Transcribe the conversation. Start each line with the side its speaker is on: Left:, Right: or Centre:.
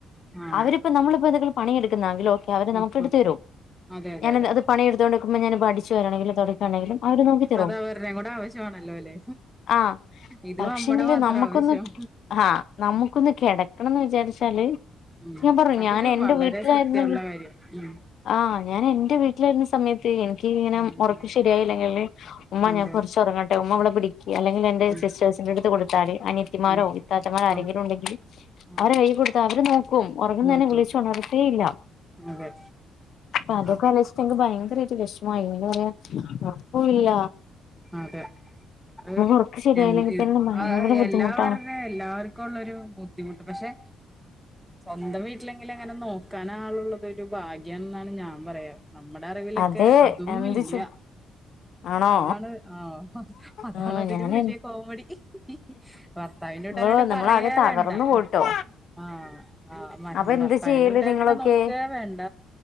Centre: ആഹ്
Left: അവരിപ്പോ നമ്മളിപ്പോ എന്തൊക്കും പണിയെടുക്ക െ അവര് നമുക്ക്
Centre: ആഹ്
Left: എടുത്തരും
Centre: ആഹ് അതെ അതെ
Left: ഞാൻ
Centre: അതെ
Left: അത് പണിയെടുത്തോണ്ടിരിക്കുമ്പോ ഞാൻ ഇപ്പൊ അടിച്ചു വാരാണെങ്കിലും തുടക്കുകയാണെങ്കിലും അവര് നോക്കി തരും
Centre: അത് അവരുടെയും കൂടെ ആവശ്യമാണല്ലോ അല്ലെ
Left: ആ
Centre: ഇത്
Left: പക്ഷെങ്കില്
Centre: നമ്മടെ മാത്രം
Left: നമുക്കൊന്ന്
Centre: ആവശ്യം
Left: ആഹ് നമുക്കൊന്ന് കിടക്കണംന്ന് വിചാരിച്ച ശല്യ
Centre: ഉം
Left: ഞാൻ പറഞ്ഞു
Centre: അതൊരു
Left: ഞാൻ എൻറെ
Centre: വളരെ
Left: വീട്ടിലായിരുന്നെങ്കിൽ
Centre: സത്യമുള്ള കാര്യം ഉം
Left: ആഹ് ഞാൻ എൻറെ വീട്ടിൽ വീട്ടിലായിരുന്ന സമയത്ത് എനിക്ക് ഇങ്ങനെ
Centre: ഉം
Left: ഉറക്ക് ശരിയായില്ലെങ്കില് ഉമ്മ
Centre: അതെ
Left: ഞാൻ കുറച്ചുറങ്ങട്ടെ ഉമ്മ ഇവിടെ ഇവിടിരി ക്ക് അല്ലെങ്കിൽ എന്റെ
Centre: ഉം
Left: സിസ്റ്റേഴസിന്റെ അടുത്ത് കൊടുത്താല് അനിയത്തിമാരോ
Centre: ഉം ആഹ്
Left: രെങ്കിലും ഉണ്ടെങ്കില്
Centre: ആഹ്
Left: അവരെ കയ്യിൽ കൊടുത്താ അവര് നോക്കും ഉറങ്ങുന്നെന്നെ
Centre: നോക്കും
Left: വിളിച്ച് ഉണർത്തേ ഇല്ല
Centre: അതെ
Left: അപ്പൊ അതൊക്കാലോചി
Centre: ആഹ്
Left: ഭയങ്കരായിട്ട് വെഷ്മ മായി പിന്നെ പറയ ഇല്ല
Centre: അതെ അത്
Left: ഉറക്കം ശരിയായില്ലെങ്കിൽ
Centre: എന്ത്
Left: തന്നെ ഭയങ്കര
Centre: ആ
Left: ബുദ്ധിമുട്ടാണ്
Centre: എല്ലാവരുഞ്ഞെ <unintelligible> എല്ലാവര ക്കള്ളരു ബുദ്ധിമുട്ട് പക്ഷെ സ്വന്തം വീട്ടിലെങ്കിൽ അങ്ങനെ നോക്കാൻ ആളുള്ളത് ഒരു ഭാഗ്യണ്ന്നാണ് ഞാൻ പറയാ നമ്മുടെ അറിവിലൊക്കെ
Left: അതെ
Centre: അതും
Left: എന്തിച്ചു
Centre: ഇല്ല
Left: ആണോ
Centre: അതാണ് ആ അതാണതിനും
Left: ആഹ് ഞാനന്നെ
Centre: വലിയ കോമഡി ഹിഹിഹി ഭർത്താവിന്റെ വീട്ടാരെക്കെ
Left: ഓ നമ്മളാകെ
Centre: പറയേവേണ്ട
Left: തകർന്നു പോയിട്ടോ
Centre: ആ ആഭർത്താവിന്റെ
Left: അപ്പൊ എന്താ ചെയ്യല്
Centre: വീട്ടാരും
Left: നിങ്ങളൊക്കെ
Centre: പിന്നെ നോക്കേവേണ്ട